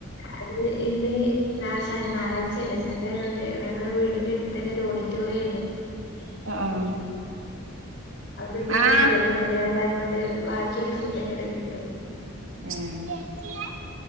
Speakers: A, on the left; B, on the right.
A: അത് ഇന്ന് <unintelligible> ഞറാഴ്ചയല്ലേ സണ്ടേ ആയോണ്ട് വേ ഞങ്ങളെ വീടിന്റെ അടുത്ത് തന്നെ ഒരു ഓഡിറ്റോറിയണ്ട് അപ്പൊ
B: ആഹ്
A: അവിടെന്ന് ഫുഡ്
B: ആഹ്
A: തന്ന് കല്യാണണ്ടായൊണ്ട് വാക്കില്ല ഫുഡ് ഇങ്ങട്ട് കിട്ടും
B: ഏഹ്